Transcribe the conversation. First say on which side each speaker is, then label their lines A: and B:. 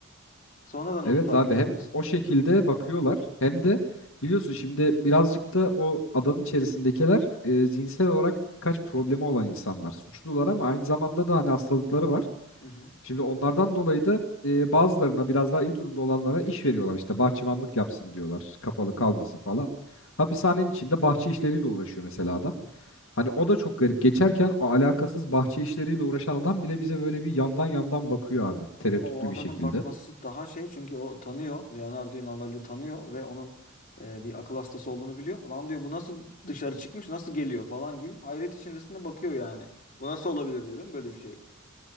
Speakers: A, on the left; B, on the left.
A: Sonradan onu
B: Evet
A: fark
B: abi
A: ediyoruz.
B: hem o şekilde bakıyorlar hem de biliyorsun şimdi birazcık da o adanın içerisindekiler e, zihinsel olarak birkaç problemi olan insanlar. Suçlular ama aynı zamanda da hani hastalıkları var.
A: Hı hı.
B: Şimdi onlardan dolayı da e, bazılarına biraz daha iyi durumda olanlara iş veriyorlar. işte bahçıvanlık yapsın diyorlar. Kapalı kalmasın falan. Hapishanenin içinde bahçe işleriyle uğraşıyor mesela adam.
A: Hı hı.
B: Hani o da çok garip. Geçerken o alakasız bahçe işleriyle uğraşan adam bile bize böyle bir yandan yandan bakıyor abi. Tereddütlü
A: Ama o adamın
B: bir şekilde.
A: bakması daha şey çünkü o tanıyor. Leonardo'yu normalde tanıyor ve onun e, bir akıl hastası olduğunu biliyor. Lan diyor bu nasıl dışarı çıkmış nasıl geliyor falan gibi. Hayret içerisinde bakıyor yani. Bu nasıl olabilir dedim böyle bir şey.